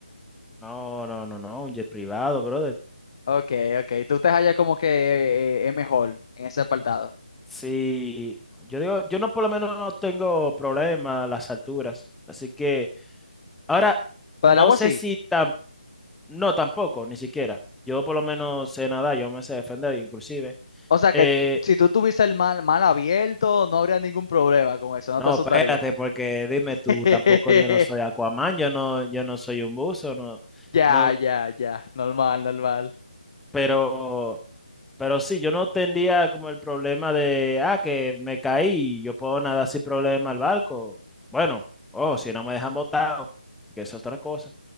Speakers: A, in the centre; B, on the left.
A: No, no, no, no, un jet privado, brother.
B: Ok, ok, tú te hallas como que eh, eh, es mejor en ese apartado.
A: Sí, yo digo, yo no por lo menos no tengo problema a las alturas. Así que, ahora,
B: Pero
A: no
B: el agua
A: sé
B: sí.
A: si tan, no, tampoco, ni siquiera. Yo por lo menos sé nadar, yo me sé defender, inclusive.
B: O sea,
A: Eh,
B: que tú- si tú tuvieses el mal, mal abierto, no habría ningún problema con eso, no
A: no,
B: te asustaría.
A: espérate, porque dime
B: <laughs>
A: tú, tampoco yo no soy Aquaman, yo no, yo no soy un buzo, no,
B: Ya,
A: no,
B: ya, ya. Normal, normal.
A: pero. Pero sí, yo no tendría como el problema de, ah, que me caí, yo puedo nadar sin problema al barco. Bueno, oh, si no me dejan botado, que es otra cosa.